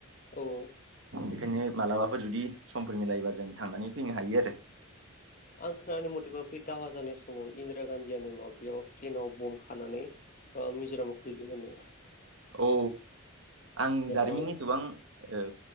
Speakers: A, on the left; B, on the right.
A: औ
B: बेखायनो मालाबाफोर जुदि समफोर मिलायोबा जों थांनानै फैनो हायो आरो
A: आं खोनानि मथेबा बै दावहा जानाय समाव इन्दिरा गान्धीयानो माव बेयाव प्लेनाव बम्ब खानानै मिज'रामाव खोलैदों होनो
B: औ आं जारिमिननि
A: ओ
B: एथबां ओ